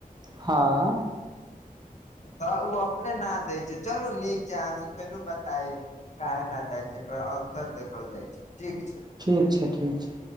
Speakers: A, on the right; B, on the left.
A: ह
B: तऽ ओ अपने ना दै छै, चलू नीक छै अहा से फेरू बतायब काहे ने जाइ छै, एकर अंतर देखल जाइ छै। ठीक छै
A: ठीक छै, ठीक छै।